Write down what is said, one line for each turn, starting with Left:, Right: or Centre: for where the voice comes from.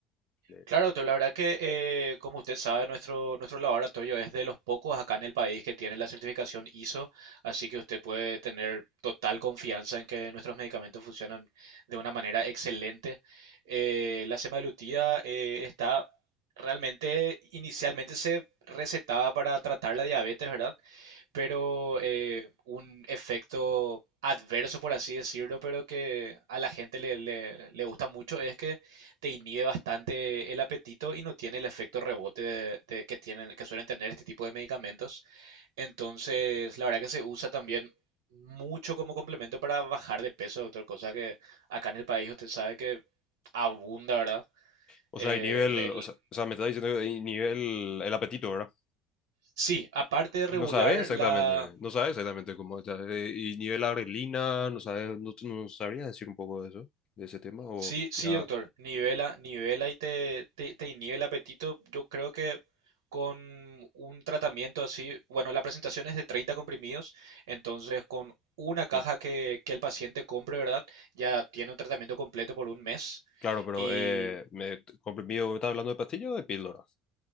Left: De-
Right: Claro, doctor,
Left: de-
Right: la verdad que, eh, como usted sabe, nuestro, nuestro laboratorio es de los pocos acá en el país que tiene la certificación ISO, así que usted puede tener total confianza en que nuestros medicamentos funcionan de una manera excelente. Eh, la semaglutida eh, está realmente, inicialmente se recetaba para tratar la diabetes, ¿verdad? pero eh, un efecto adverso, por así decirlo, pero que a la gente le, le- le gusta mucho, es que te inhibe bastante el apetito y no tiene el efecto rebote de- de que tienen, que suelen tener este tipo de medicamentos. Entonces, la verdad que se usa también mucho como complemento para bajar de peso, doctor, cosa que acá en el país usted sabe que abunda, ¿verdad?
Left: O
Right: El-
Left: sea, hay nivel,
Right: el-
Left: o sea, o sea, me está diciendo que hay nivel, el apetito, ¿verdad?
Right: sí, aparte de regular
Left: Y no sabes exactamente,
Right: la
Left: no sabes exactamente cómo está. eh, y nivel adrenalina, no sabes, no, no sabrías decir un poco de eso, de ese tema, o
Right: Sí, sí,
Left: ya.
Right: doctor, nivela, nivela y te, te, te inhibe el apetito. Yo creo que con un tratamiento así, bueno, la presentación es de 30 comprimidos, entonces con una caja
Left: eh,
Right: que, que el paciente compre, ¿verdad? Ya tiene un tratamiento completo por un mes.
Left: Claro, pero
Right: Y
Left: eh, me, comprimido, ¿me estás hablando de pastillas o de píldora?